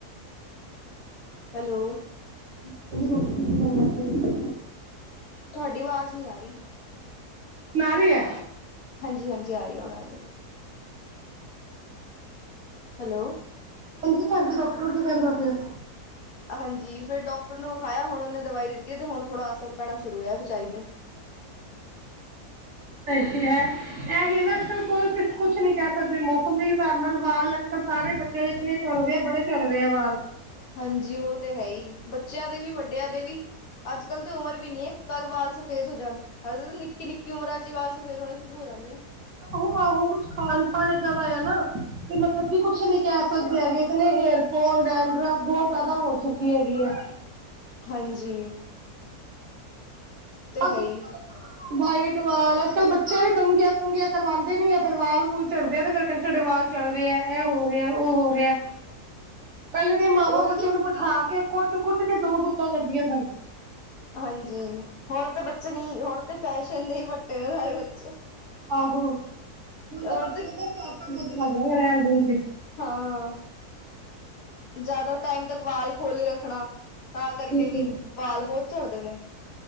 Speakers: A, on the left (about 65°); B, on the right (about 50°).
A: ਹੈਲੋ।
B: <unintelligible>
A: ਤੁਹਾਡੀ ਆਵਾਜ਼ ਨੀ ਆ ਰਹੀ।
B: ਹੁਣ ਆ ਰਈ ਏ
A: ਹਾਂਜੀ ਹਾਂਜੀ ਆ ਰਹੀ ਹੁਣ ਰਹੀਆਂ। ਹੈਲੋ।
B: ਹਾਂਜੀ ਭੈਣ ਜੀ ਡਾਕਟਰ ਕਿ ਕਹਿੰਦਾ ਫਿਰ?
A: ਹਾਂਜੀ ਫਿਰ ਡਾਕਟਰ ਨੂੰ ਵਿਖਾਇਆ ਹੁਣ ਉਹਨੇ ਦਵਾ ਦਿੱਤੀ ਹੈ ਤੇ ਹੁਣ ਥੋੜਾ ਅਸਰ ਪੈਣਾ ਸ਼ੁਰੂ ਹੋਇਆ ਵਿਚਾਰੀ ਦੇ।
B: <unintelligible> ਇਹੋ ਨਾ ਅੱਜਕੱਲ ਕੋਈ ਕੁਛ, ਕੁਛ ਨੀ ਕਹਿ ਸਕਦੇ ਦੇ ਮੌਸਮ ਦੇ ਹਿਸਾਬ ਨਾਲ ਵਾਲ ਅੱਜ ਕੱਲ੍ਹ ਸਾਰੇ ਬੱਚਿਆਂ ਦੇ ਨੇ ਝੜ ਰਏ ਬੜੇ ਝੜ ਰਏ ਆ ਵਾਲ।
A: ਹਾਂਜੀ ਉਹ ਤੇ ਹੈ ਹੀ ਬੱਚਿਆਂ ਦੇ ਵੀ ਵੱਡਿਆਂ ਦੇ ਵੀ। ਅੱਜ ਕੱਲ੍ਹ ਤੇ ਉਮਰ ਵੀ ਨੀ ਏ ਕਦ ਵਾਲ ਸਫੇਦ ਹੋ ਜਾਣ। ਅੱਜ ਕ ਨਿੱਕੀ, ਨਿੱਕੀ ਉਮਰਾਂ ਚ ਵਾਲ ਸਫੇਦ ਹੋਣੇ ਸ਼ੁਰੂ ਹੋ ਜਾਂਦੇ ਆ।
B: ਆਹੋ, ਆਹੋ ਕੁਛ ਖਾਣ ਪਾਨ ਐਦਾਂ ਦਾ ਆ ਨਾ ਤੇ ਮਤਲਬ ਕੀ ਕੁਛ ਨੀ ਕਹਿ ਸਕਦੇ। ਤੇ ਹੈਗਾ ਕੇ ਨਈ ਹੇਅਰਫੋਲ, ਡੈਂਡਰਫ ਬਹੁਤ ਜਿਆਦਾ ਹੋ ਚੁੱਕੀ ਹੈਗੀ ਆ।
A: ਹਾਂਜੀ।
B: ਬਸ
A: ਹੈ
B: <unintelligible>
A: ਹੀ
B: ਵਾਈਟ ਵਾਲ ਅੱਜ ਕੱਲ੍ਹ ਬੱਚੇ ਵੀ ਕੰਗੀਆਂ- ਕੁੰਗੀਆਂ ਕਰਵਾਉਂਦੇ ਨੀ ਆ ਫੇਰ ਵਾਲ ਵੂਲ ਚੜਦੇ ਆ ਤੇ ਫਿਰ ਕਹਿੰਦੇ ਸਾਡੇ ਵਾਲ ਚੜਦੇ ਆ ਐ ਹੋ ਰਿਹਾ ਉਹ ਹੋ ਰਿਹਾ।
A: <unintelligible>
B: ਪਹਿਲੇ ਦੀਆਂ ਮਾਵਾਂ
A: ਉਹੀ
B: ਬੱਚਿਆਂ ਨੂੰ ਬਿਠਾ ਕੇ ਕੁੱਟ -ਕੁੱਟ ਕੇ ਦੋ ਗੁੱਤਾਂ ਕਰਦੀਆਂ ਸਨ।
A: ਹਾਂਜੀ ਹੁਣ ਤੇ ਬੱਚੇ ਨਈ ਹੁਣ ਤੇ ਫੈਸ਼ਨ ਦੇ ਹੀ ਪੱਟੇ ਨੇ ਸਾਰੇ ਬੱਚੇ।
B: ਆਹੋ ਹੁਣ ਤਾਂ
A: ਹੁਣ
B: ਬੱਚਾ
A: ਤੇ
B: ਕਹਿੰਦੇ ਅਸੀਂ ਆਪਾਂ ਗੁੱਤ ਕਰਲਾਂਗੇ ਰਹਿਣ ਦੇ ਤੁਸੀਂ।
A: ਹਾਂ ਜ਼ਿਆਦਾ ਟਾਈਮ ਤੱਕ ਵਾਲ ਖੋਲ੍ਹੀ ਰੱਖਣਾ। ਤਾਂ ਕਰਕੇ
B: ਬਿਲਕੁਲ
A: ਵੀ ਵਾਲ ਬਹੁਤ ਝੜਦੇ ਨੇ।